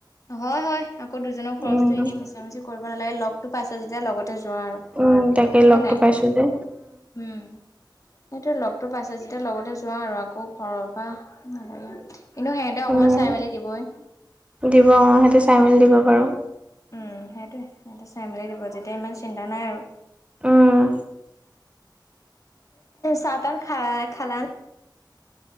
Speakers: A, on the left; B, on the right.
A: হয় হয় আকৌ দুজনৰ খৰচটো
B: উম,
A: এনেই মিছা মিছি কৰিব নালাগে, লগতো পাইছ যেতিয়া লগতে যোৱা আৰু,
B: উম, তাকে লগটো
A: হয় নাই?
B: পাইছো যে
A: উম। সটো লগতো পাইছে যেতিয়া লগতে যোৱা আৰু আকৌ ঘৰৰ পৰা নালাগে আও, এনেও সিহঁতক অকমান
B: উম।
A: চাই মেলি দিবই।
B: দিব অ সেইটো চাই মেলি দিব পাৰো।
A: উম সেইটোৱে চাই মেলি দিব যেতিয়া ইমান চিন্তা নাই আৰু।
B: উম।
A: চা তা খা খালান